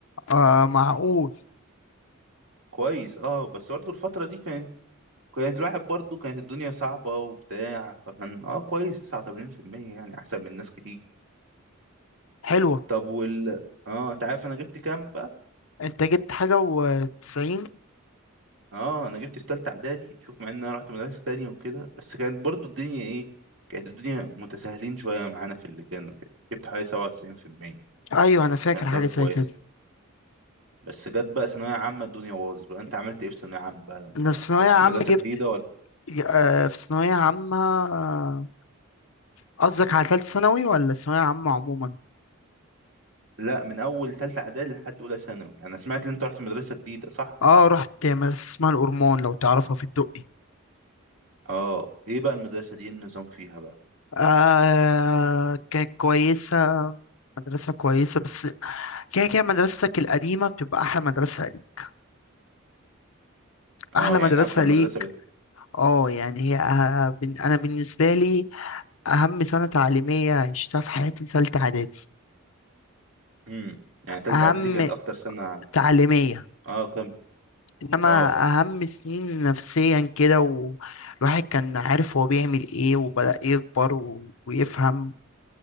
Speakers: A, on the left; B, on the right.
A: آه، معقول
B: كويس اه بس برضه الفترة دي كانت كانت الواحد برضه كانت الدنيا صعبة وبتاع فكان اه كويس 89% يعني أحسن من ناس كتير
A: حلوة
B: طب وال اه أنت عارف أنا جبت كام بقى؟
A: انت جبت حاجة وتسعين
B: اه أنا جبت في تالتة إعدادي شوف مع إن أنا رحت مدرسة تانية وكده بس كانت برضه الدنيا إيه؟ كانت الدنيا متساهلين شوية معانا في اللجان وكده جبت حوالي 97%
A: أيوه أنا فاكر
B: كانت
A: حاجة
B: درجة
A: زي
B: كويسة
A: كده
B: بس جت بقى ثانوية عامة الدنيا باظت بقى أنت عملت إيه في ثانوية عامة بقى لما
A: أنا في ثانوية
B: رحت
A: عامة
B: مدرسة
A: جبت
B: جديدة ولا؟
A: آه، في ثانوية عامة آه، قصدك على تالتة ثانوي ولا ثانوية عامة عموما؟
B: لا من أول تالتة إعدادي لحد أولى ثانوي أنا سمعت إن أنت رحت مدرسة جديدة صح؟
A: اه رحت مدرسة اسمها الأورمون لو تعرفها في الدقي
B: اه ايه بقى المدرسة دي إيه النظام فيها بقى
A: آه كانت كويسة مدرسة كويسة بس كده كده مدرستك القديمة بتبقى أحلى مدرسة ليك أحلى
B: اه
A: مدرسة
B: يعني اكتر
A: ليك
B: مدرسة بت...
A: اه يعني هي أه- بن- أنا بالنسبة لي أهم سنة تعليمية عشتها في حياتي تالتة إعدادي
B: مم. يعني تالتة
A: أهم
B: اعدادي كانت اكتر سنة
A: تعليمية
B: اه كم
A: إنما
B: اه
A: أهم سنين نفسيا كده والواحد كان عارف هو بيعمل إيه وبدأ يكبر و- ويفهم